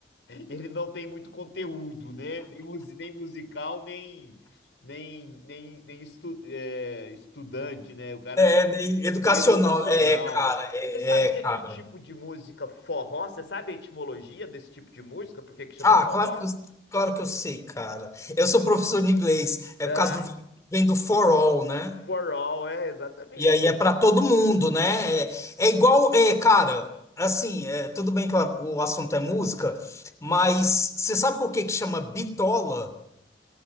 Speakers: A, on the left (about 85°); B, on the left (about 20°).
A: Ele não tem muito conteúdo, né? Nem, musi- nem musical, nem, nem, nem, nem estu- é, estudante, né? O cara.
B: É, né, educacional,
A: Meio educacional.
B: é, cara, é,
A: Você sabia
B: é, cara.
A: que o tipo de música forró, você sabe a etimologia desse tipo de música? Por que que chama
B: Ah,
A: forró?
B: claro que eu, claro que eu sei, cara. Eu sou professor de inglês, é
A: Ah,
B: por causa do vem do for all, né?
A: forró, é, exatamente.
B: E aí é para todo mundo, né? É, é igual, é, cara, assim, é, tudo bem que o, o assunto é música, mas você sabe por que que chama bitola?